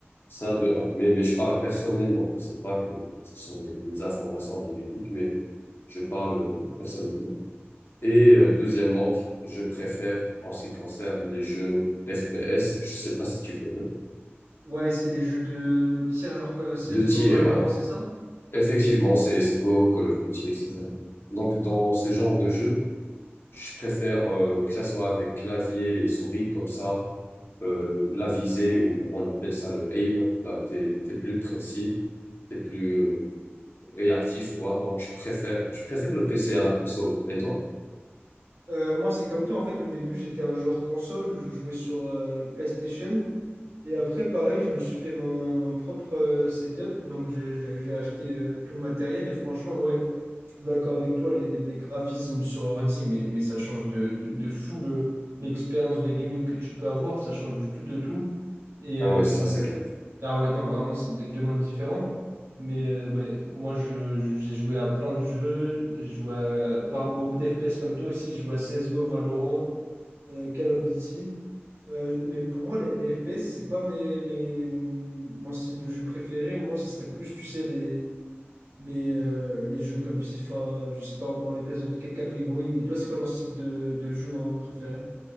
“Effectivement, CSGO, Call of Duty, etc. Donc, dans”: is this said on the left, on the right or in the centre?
Left